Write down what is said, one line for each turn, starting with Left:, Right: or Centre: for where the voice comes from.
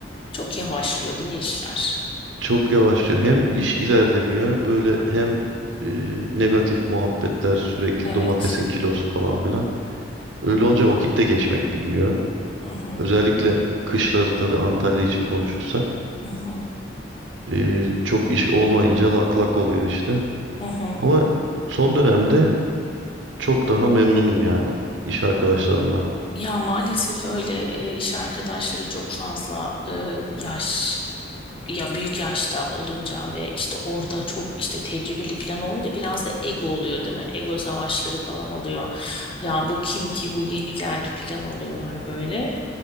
Left: çok yavaşlıyor değil mi işler?
Right: Çok yavaşlıyor. Hem iş ilerlemiyor böyle hem e, negatif muhabbetler sürekli
Left: Evet.
Right: domatesin kilosu falan filan. Öyle olunca vakit de geçmek bilmiyor.
Left: Hı hı,
Right: Özellikle kışları tabii Antalya için konuşursak
Left: hı hı,
Right: e, çok iş olmayınca lak lak oluyor işte.
Left: hı hı.
Right: Ama son dönemde çok daha memnunum yani iş arkadaşlarımdan.
Left: Ya maalesef öyle e, iş arkadaşları çok fazla e, yaş. ya büyük yaşta olunca ve işte orada çok işte tecrübeli falan olunca biraz da ego oluyor değil mi? Ego savaşları falan oluyor. Ya bu kim ki bu yeni geldi falan oluyorlar böyle.